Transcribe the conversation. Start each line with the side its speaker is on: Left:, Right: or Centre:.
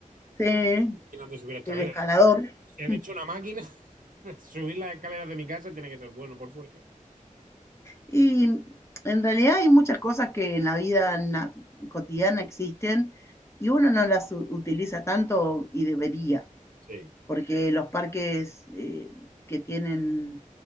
Left: Sí, el
Right: máquinas de subir escaleras.
Left: escalador.
Right: Si han
Left: <laughs>
Right: hecho una máquina, <laughs> subir las escaleras de mi casa tiene que ser bueno por fuerza.
Left: Y en realidad hay muchas cosas que en la vida na- cotidiana existen y uno no las u- utiliza tanto y debería.
Right: Sí.
Left: porque los parques eh, que tienen